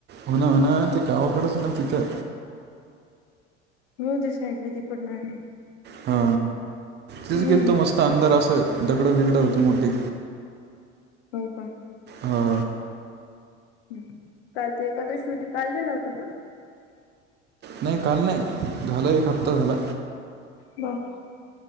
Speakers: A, on the right; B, on the left.
A: हो ना.. हो ना.. ते गावाकडेच ना तिथं.
B: मी होतो साईडला तिकडन आहे.
A: हा.
B: हम्म
A: तिच गेलतो मस्त अंधार असं दगडं, बिगडं होती मोठी.
B: हो का?
A: हो.
B: हमं कालची एकादशी होती काल झालं होत का?
A: नाही काल, नाही झालं, एक हप्ता झाला.
B: बरं..